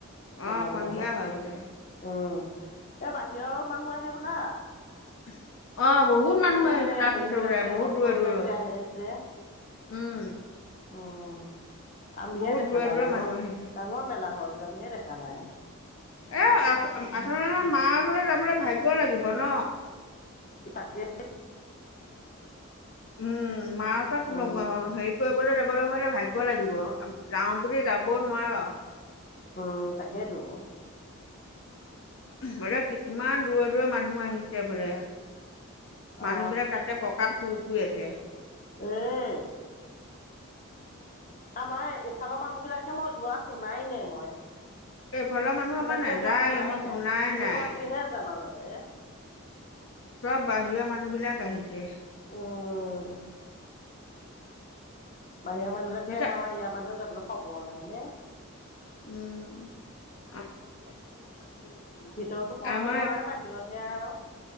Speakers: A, on the left; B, on the left.
A: অ
B: মেলাবিলাকত
A: সন্ধিয়া হয় বোলে
B: উ। এ বাহিৰৰ মানুহ আহে বোলে।
A: <unintelligible> মানুহ
B: এই যে
A: আহিছে তাত
B: হেৰি
A: আছে
B: বিলাক
A: বোলে
B: যে
A: বহুত
B: ভক্ত
A: দূৰে দূৰৰ
B: বিলাক যে আহে যে
A: উম
B: উম আমিহে
A: বহুত
B: দেখা
A: দূৰে
B: নাই
A: দূৰে
B: ডাঙৰ
A: মানুহ আহিছে
B: ডাঙৰ মেলা হয় বলে আমিহে দেখা নাই।
A: এ আচল আচলতে মা ওচলৈ যাবলৈ ভাগ্য লাগিব ন।
B: তাকে।
A: উম মাওচত <unintelligible>
B: উম
A: হেৰি কৰিবলৈ যাবলৈ হলে ভাগ্য লাগিব। যাও বুলি যাব নোৱাৰ।
B: উ তাকেইেতো।
A: বৰে কিমান দূৰৰ দূৰ মানুহ আহিছে বোলে। মানুহবিলাক
B: অ
A: তাতে পকাত শুই শুই আছে।
B: উম আমাৰ এফালৰ মানুহবিলাকহে মই যোৱা শুনাই নাই মই।
A: এইফালৰ মানুহ আমাৰ
B: ইমানকে
A: নাযায়
B: যোৱা শুনাই
A: মই
B: নাই কোনোবাটোৱেহে
A: নাই
B: যায় মাজত। এ
A: চব বাহিৰৰ মানুহ বিলাক আহিছে।
B: অহ বাহিৰা মানুহবিলাকে
A: এতিয়া
B: আহে আমাৰ ইয়াৰ মানুহ যাবলৈ খবৰ নাই নে।
A: উম
B: ভিতৰতো সোমাব
A: আমাৰ
B: নোৱাৰে বাহিৰতহে আৰু।